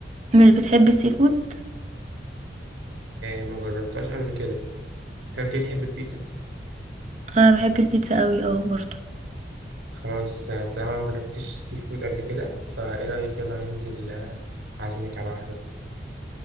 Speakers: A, on the right; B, on the right.
A: مش بتحب السي فود
B: ما جربتهاش قبل كده طب أنت بتحب البيتزا؟
A: انا بحب البيتزا قوي اه برضه
B: خلاص آه، طالما أنا مجربتش سي فود قبل كده فإيه رأيك يلا ننزل آه، أعزمك على واحدة